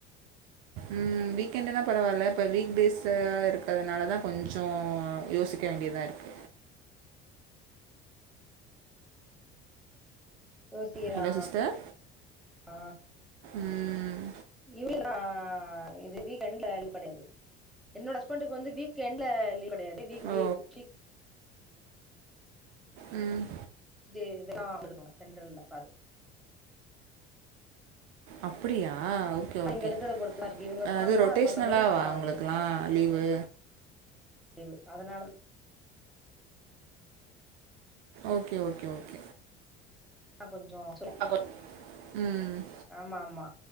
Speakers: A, on the right; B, in the centre.
A: ம் வீக்கெண்டுனா பரவால்ல இப்ப வீக் டேஸா இருக்கறதுனால தா கொஞ்சோ யோசிக் க வேண்டியதா இருக்கு
B: யோசி
A: ஹலோ
B: ஆ
A: சிஸ்டர்
B: அ
A: ம்
B: இல்ல <inaudible> இது வீக் எண்ட்ல லீவ் கெடையாது என்னோட ஹஸ்பெண்டுக்கு வந்து வீக் எண்ட்ல லீவ் கெடையாது வீக்
A: ஓ
B: வீ வீக்
A: ம்
B: இது இதுதா <inaudible> சென்டர்ல பாது
A: அப்பிடியா ஓ கே ஓகே
B: இங்க எடுக்கறத பொறுத்துதா இருக்கு இவங்க சொன்னாங்கன்னா
A: அது ரொட்டேஷ்னலாவா
B: அதுக்கு தகுந்த மாரி மாத்துவாங்க
A: அவ்ங்களுக்கெல்லா
B: லீவு
A: லீவு
B: லீவு அதனால தா
A: ஓகே ஓகே ஓகே
B: ஆ கொஞ்சோ சுல
A: <inaudible> ம்
B: ஆமா ஆமா